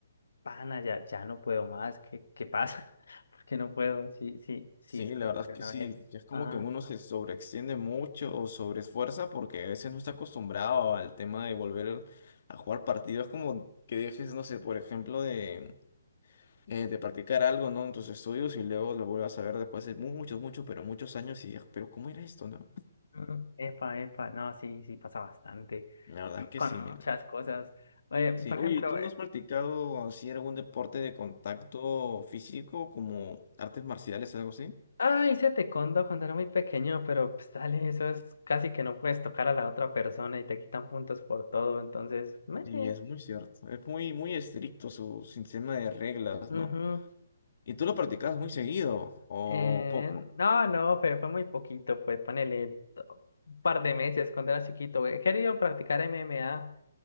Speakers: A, on the left; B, on the left.
A: pana, ya, ya no puedo más. ¿Qué, qué pasa? <laughs> ¿Por qué no puedo? Sí, sí, sí,
B: Sí,
A: solo
B: la verdad
A: corrí
B: es que
A: una
B: sí,
A: vez.
B: ya es como
A: Ajá.
B: que uno se sobreextiende mucho o sobreesfuerza porque a veces no está acostumbrado al tema de volver a jugar partidos, como que dejes, no sé, por ejemplo, de, eh, de practicar algo, ¿no? En tus estudios y luego lo vuelvas a ver después de muchos, muchos, pero muchos años y digas, pero ¿cómo era esto, no?
A: Mm, Epa, epa, no, sí, sí pasa bastante.
B: La verdad es que
A: Con
B: sí, mira.
A: muchas cosas. Eh,
B: Sí,
A: por
B: oye,
A: ejemplo,
B: ¿y tú no has practicado así algún deporte de contacto físico como artes marciales, algo así?
A: Ah, hice taekwondo cuando era muy pequeño, pero pues dale, eso es casi que no puedes tocar a la otra persona y te quitan puntos por todo, entonces, meh,
B: Sí, es muy cierto. Es muy, muy estricto su sistema de reglas,
A: ujú.
B: ¿no? ¿Y tú lo practicas muy seguido o
A: Eh,
B: poco?
A: no, no, fue, fue muy poquito, fue ponele to- un par de meses cuando era chiquito. He querido practicar MMA,